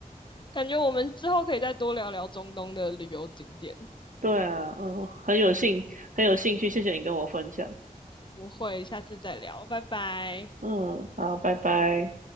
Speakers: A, on the left (about 35°); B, on the right (about 65°).
A: 感觉我们之后可以再多聊聊中东的旅游景点。
B: 对啊，嗯，很有兴很有兴趣，谢谢你跟我分享。
A: 不会，下次再聊，拜拜。
B: 嗯，好，拜拜。